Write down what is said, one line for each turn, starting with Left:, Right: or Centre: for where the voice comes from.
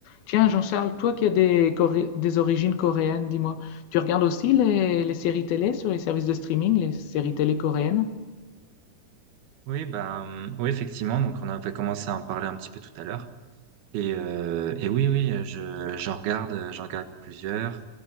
Left: Tiens, Jean-Charles, toi qui as des, Coré- des origines coréennes, dis-moi, tu regardes aussi les, les séries télé sur les services de streaming, les séries télé coréennes?
Right: Oui, ben, oui, effectivement. Donc, on avait commencé à en parler un petit peu tout à l'heure. Et, euh, et oui, oui, je, j'en regarde, euh, j'en regarde plusieurs.